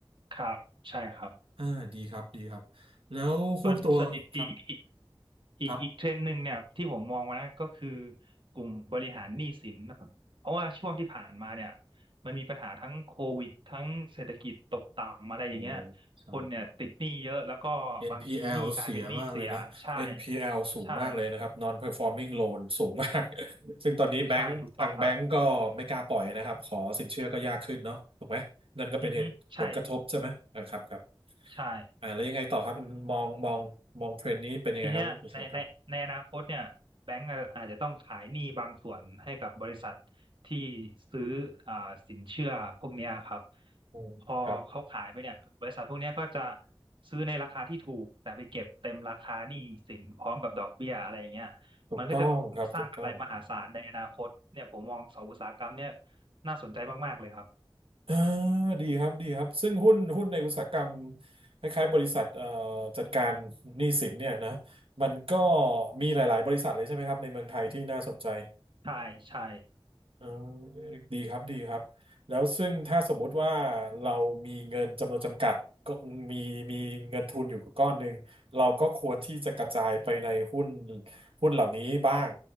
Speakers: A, on the right; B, on the right.
A: ครับใช่ครับ
B: อ่าดีครับดีครับแล้วคุณตัวครับ
A: ส่วนส่วนอีกอีกอีกอีกอีกเทรนด์หนึ่งเนี่ยที่ผมมองว่านะก็คือ
B: ครับ
A: กลุ่มบริหารหนี้สินนะครับเพราะว่าช่วงที่ผ่านมาเนี่ยมันมีปัญหาทั้งโควิดทั้งเศรษฐกิจตกต่ำอะไรอย่างเงี้ย
B: โอ้ใช่ครับ
A: คนเนี่ยติดหนี้เยอะแล้วก็บางทีหนี้กลายเป็นหนี้เสียใช่
B: NPL เสียมากเลยนะ NPL สูงมากเลยนะครับ
A: ใช่
B: Non-performing loan สูงมาก <laughs> ซึ่งตอนนี้แบงค์ทางแบงค์ก็ไม่กล้าปล่อยนะครับขอสินเชื่อก็ยากขึ้นเนาะถูกไหมนั่นก็เป็นเหตุผลกระทบใช่ไหมนะครับครับ
A: ใช่ถูกต้องครับอือฮึใช่ใช่
B: อ่าแล้วยังไงต่อครับมันมองมองมองเทรนด์นี้เป็นยังไงครับอุตสาหกรรม
A: ทีเนี้ยในในในอนาคตเนี่ยแบงก์อะอาจจะต้องขายหนี้บางส่วนให้กับบริษัทที่ซื้ออ่าสินเชื่อพวกเนี้ยครับ
B: อืมครับ
A: พอเขาขายไปเนี่ยบริษัทพวกเนี้ยก็จะซื้อในราคาที่ถูกแต่ไปเก็บเต็มราคาหนี้สินพร้อมกับดอกเบี้ยอะไรอย่างเงี้ย
B: ถูกต้องครับถูกต้อง
A: มันก็จะสร้างกำไรมหาศาลในอนาคตเนี่ยผมมองสองอุตสาหกรรมเนี่ยน่าสนใจมากๆเลยครับ
B: อ่าดีครับดีครับซึ่งหุ้นหุ้นในอุตสาหกรรมคล้ายๆบริษัทเอ่อจัดการหนี้สินเนี่ยนะมันก็มีหลายๆบริษัทเลยใช่ไหมครับในเมืองไทยที่น่าสนใจ
A: ใช่ใช่
B: อ่าดีครับดีครับแล้วซึ่งถ้าสมมุติว่าเรามีเงินจำนวนจำกัดก็มีมีเงินทุนอยู่ก้อนหนึ่งเราก็ควรที่จะกระจายไปในหุ้นหุ้นเหล่านี้บ้าง